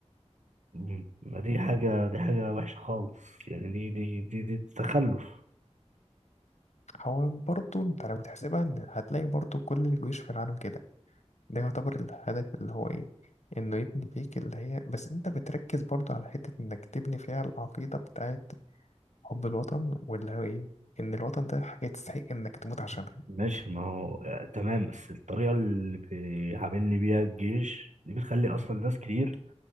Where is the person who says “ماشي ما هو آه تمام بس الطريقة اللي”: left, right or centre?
Right